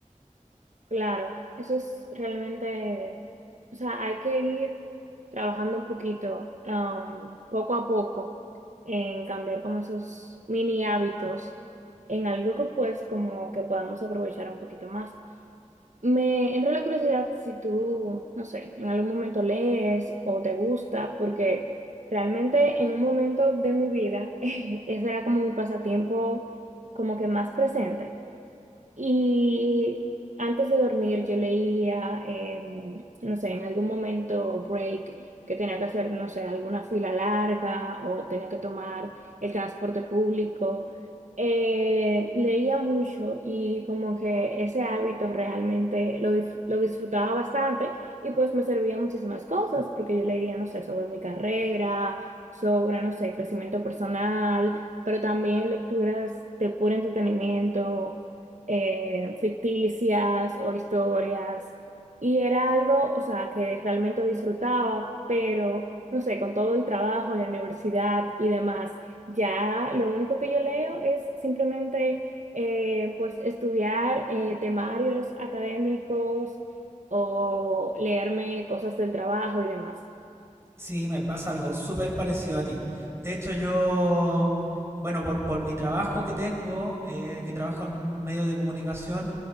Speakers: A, on the right; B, on the right.
A: Claro, eso es realmente, o sea, hay que ir trabajando un poquito, um, poco a poco, en cambiar como esos mini hábitos en algo que pues como que podamos aprovechar un poquito más. Me entra la curiosidad si tú, no sé, en algún momento lees o te gusta, porque realmente en un momento de mi vida <laughs> ese era como mi pasatiempo como que más presente. Y antes de dormir yo leía, em, no sé, en algún momento break que tenía que hacer, no sé, alguna fila larga o tenía que tomar el transporte público. Eh, leía mucho y como que ese hábito realmente lo, dif- lo disfrutaba bastante y pues me servía muchísimas cosas porque yo leía, no sé, sobre mi carrera, sobre, no sé, crecimiento personal, pero también lecturas de puro entretenimiento eh, ficticias o historias. Y era algo, o sea, que realmente disfrutaba, pero no sé, con todo el trabajo, la universidad y demás, ya lo único que yo leo es simplemente eh, pues estudiar eh, temarios académicos o leerme cosas del trabajo y demás.
B: Sí, me pasa algo súper parecido a ti. De hecho, yo, bueno, por, por mi trabajo que tengo, eh, que trabajo en un medio de comunicación,